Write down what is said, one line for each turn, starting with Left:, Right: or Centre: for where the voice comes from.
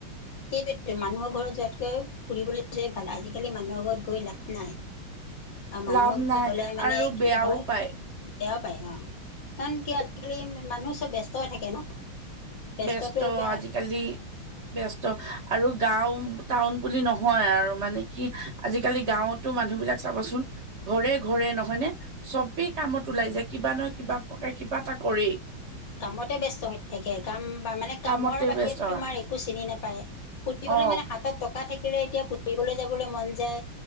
Left: সেইটো মানুহৰ ঘৰত যোৱাতকৈ ফুৰিবলৈ যোৱাই ভাল আজিকালি মানুহৰ ঘৰত গৈ লাভ নাই। আৰু মানুহৰ
Right: লাভ
Left: ঘৰত
Right: নাই
Left: গলে মানে
Right: আৰু
Left: কি
Right: বেয়াও
Left: হয়?
Right: পায়
Left: বেয়া পায় অ'। কাৰণ কিয় আজিকালি মানুহ চব ব্যস্ত হৈ থাকে ন? ব্যস্তটো
Right: ব্যস্ত আজিকালি
Left: <inaudible>
Right: ব্যস্ত আৰু গাঁও টাউন বুলি নহয় আৰু মানে কি, আজিকালি গাঁৱত তো মানুহ বিলাক চাবচোন ঘৰে-ঘৰে নহয় নে? চবেই কামত ওলাই যায় কিবা নহয় কিবা প্ৰকাৰে কিবা এটা কৰেই।
Left: কামতে ব্যস্ত হয়। তাকে, কাম বা মানে কামৰ
Right: কামতে
Left: বাহিৰে
Right: ব্যস্ত
Left: তোমাৰ
Right: হয়
Left: একো চিনি নাপায়। ফুৰিবলৈ
Right: অ
Left: মানে হাত তাত টকা থাকিলে এতিয়া ফুৰিবলৈ যাবলৈ মন যায়।